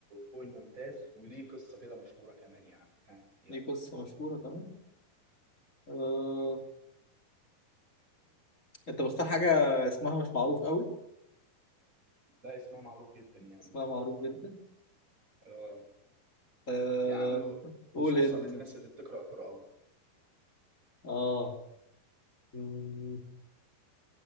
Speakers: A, on the right (about 20°); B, on the left (about 25°).
A: فوق الممتاز وليه قصه كده مشهوره كمان يا عم ها يلا
B: دي قصة مشهورة كمان آه... انت بختار حاجة اسمها مش معروف قوي
A: لا اسمها معروف جدا يعني
B: اسمها
A: كمان
B: معروف جدا
A: اه
B: آه...
A: يا عم
B: قول
A: خصوصا
B: انت
A: للناس اللي بتقرا قران
B: اه مم.